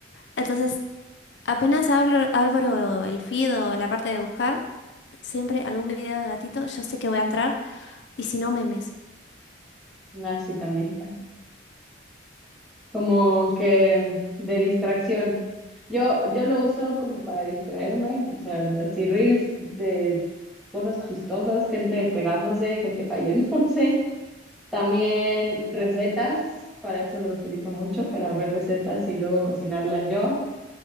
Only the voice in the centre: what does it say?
Así también. Como que de distracción. Yo, yo lo uso como para distraerme, o sea, así reels de cosas chistosas, gente pegándose, gente cayéndose. <laughs> También recetas, para eso lo utilizo mucho, para ver recetas y luego cocinarlas yo.